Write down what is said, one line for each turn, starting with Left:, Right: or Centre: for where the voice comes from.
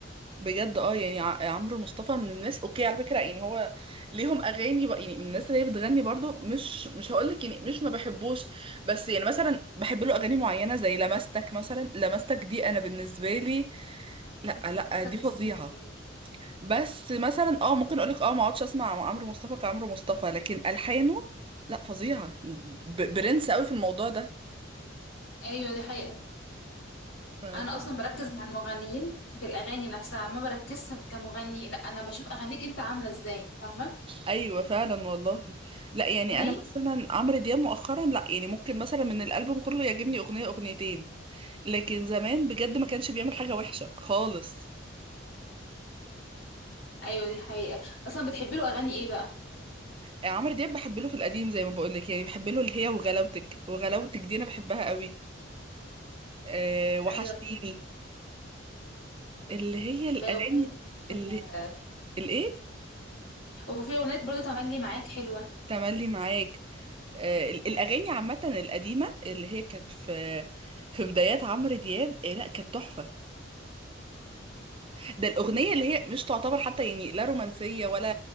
Right: بجد اه يعني ع- عمرو مصطفى من الناس اوكي على فكره يعني هو ليهم اغاني بق- يعني من الناس اللي هي بتغني برضو مش مش هقول لك يعني مش ما بحبوش بس يعني مثلا بحب له اغاني معينه زي لمستك مثلا لمستك دي انا بالنسبه لي لا
Left: منصتك
Right: لا دي فظيعه
Left: نسيت الحنين.
Right: بس مثلا اه ممكن اقول لك اه ما اقعدش اسمع عمرو مصطفى كعمرو مصطفى لكن الحانه لا فظيعه ب- برنس قوي في الموضوع
Left: ايوه دي حقيقة
Right: ده
Left: انا اصلا بركز مع المغنيين في الاغاني نفسها ما بركزش كمغني لا انا بشوف اغانيك انت عاملة ازاي فاهمة
Right: ايوه فعلا والله لا يعني
Left: اغنية
Right: انا مثلا عمرو دياب مؤخرا لا يعني ممكن مثلا من الالبوم كله يعجبني اغنيه اغنيتين لكن زمان بجد ما كانش بيعمل حاجه وحشه خالص
Left: ايوه دي حقيقة اصلا بتحبي له اغاني ايه بقى
Right: عمرو دياب بحب له في القديم زي ما بقول لك يعني بحب له اللي هي وغلاوتك وغلاوتك دي انا بحبها قوي أه وحشتيني
Left: ايوه
Right: اللي هي
Left: بأغنية
Right: الاغاني اللي
Left: آه،
Right: الايه
Left: وفي اغنية برضو تملي معاك حلوة
Right: تملي معاك أه ال- الاغاني عامه القديمه اللي هي كانت في في بدايات عمرو دياب إيه لا كانت تحفه ده الأغنية اللي هي مش تعتبر حتى يعني لا رومانسية ولا